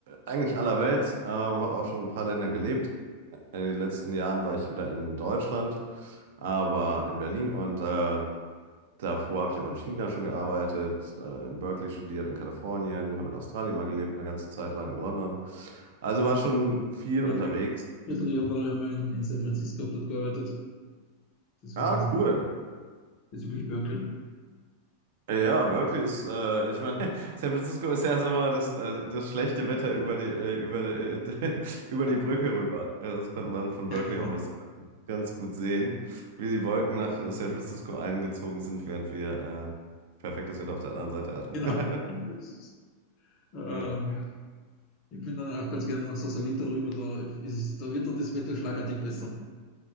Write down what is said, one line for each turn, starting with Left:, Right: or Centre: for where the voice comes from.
Right: eigentlich allerwelts, äh, habe auch schon in ein paar Länder gelebt. In den letzten Jahren war ich wieder in Deutschland, aber in Berlin und äh, Davor habe ich auch in China schon gearbeitet, äh, in Berkeley studiert, in Kalifornien, habe in Australien mal gelebt, eine ganze Zeit lang in London. Also war schon viel
Left: ja,
Right: unterwegs.
Left: mein Vierteljahr war ich einmal in, in San Francisco, hab dort gearbeitet. Das
Right: Ah,
Left: war ganz
Right: cool.
Left: bezüglich Berkeley.
Right: Ja, Berkeley ist, äh, ich meine, <laughs> San Francisco ist ja so mal das, äh, das schlechte Wetter über die, äh, über die, äh, <laughs> über
Left: <laughs>
Right: die Brücke rüber. Äh, Das konnte man von
Left: Ja,
Right: Berkeley
Left: genau,
Right: auch was ganz gut sehen, wie die Wolken nach San Francisco eingezogen sind, während wir äh, perfektes Wetter auf der anderen Seite hatten.
Left: genau. <laughs>
Right: <laughs>
Left: Das ist, ähm,
Right: Ja,
Left: ich bin dann auch ganz gerne nach Sausalito rüber, da, ist, da wird dann das Wetter schlagartig besser.